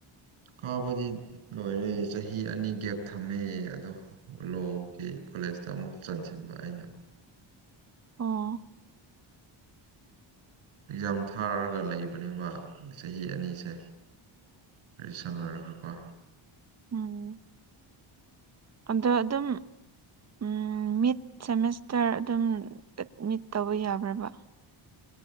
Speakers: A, on the right; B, on the right.
A: ꯀꯥꯕꯗꯤ ꯂꯣꯏꯔꯦ ꯆꯍꯤ ꯑꯅꯤ ꯒꯦꯞ ꯊꯝꯃꯦ ꯑꯗꯣ ꯂꯣꯒꯤ ꯀꯣꯂꯦꯖꯇ ꯑꯃꯨꯛ ꯆꯟꯁꯤꯟꯕ ꯑꯩꯅ
B: ꯑꯣ
A: ꯑꯦꯛꯖꯥꯝ ꯊꯥꯔꯒ ꯂꯩꯕꯅꯦꯕ ꯆꯍꯤ ꯑꯅꯤꯁꯦ ꯔꯤꯁꯜ ꯂꯣꯏꯔꯒ ꯄꯥ
B: ꯑꯪ ꯑꯟꯗꯣ ꯑꯗꯨꯝ ꯎꯝ ꯃꯤꯠꯁ ꯁꯦꯃꯦꯁꯇꯔ ꯑꯗꯨꯝ ꯑꯦꯠꯃꯤꯠ ꯇꯧꯕ ꯌꯥꯕ꯭ꯔꯕ